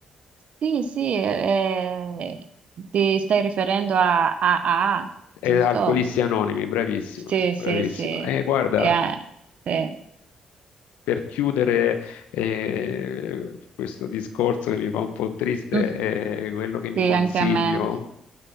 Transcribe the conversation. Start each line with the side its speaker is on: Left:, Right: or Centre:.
Right: Sì, sì, eh, ti stai riferendo a AA,
Left: È
Right: giusto?
Left: Alcolisti Anonimi, bravissima,
Right: Sì, sì,
Left: bravissima.
Right: sì.
Left: E guarda,
Right: Eh, sì.
Left: per chiudere eh, questo discorso che mi fa un po' triste,
Right: Mhm.
Left: è quello che mi
Right: Sì,
Left: consiglio
Right: anche a me.